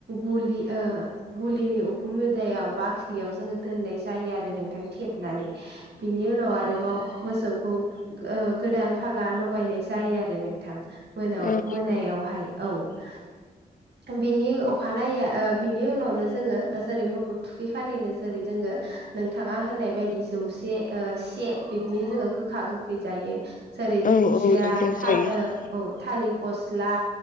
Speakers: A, on the right; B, on the left.
A: गुलि ओ गुलिनि उखुम मोदायाव बाख्रियाव जोङो दोननाय जायो आरो नोंथां थेबनानै बिनि उनाव आरोबाव मोसौखौ ओ गोदान फागा लगायनाय जायो आरो नोंथां मोनायाव
B: औ
A: औ बिनि अखानायै ओ बिनि उनावनो जोङो जेरै मोखौ थुखै खालिनो जेरै जोङो नोंथाङा होननाय बायदि जौसे ओ से बिदिनो जोङो गोखा गोखै जायो जेरै
B: औ
A: दिंखिया
B: औ नंगौ
A: था
B: जायो
A: ओ औ थालिर फस्ला